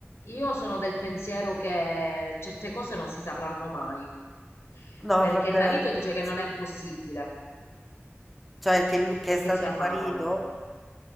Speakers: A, on the left; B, in the centre.
A: io sono del pensiero che certe cose non si sapranno mai,
B: no,
A: perché
B: vabbè.
A: il marito dice che
B: sì.
A: non è possibile,
B: Cioè, che, lu- che
A: perché
B: è stato
A: si amavano.
B: il marito?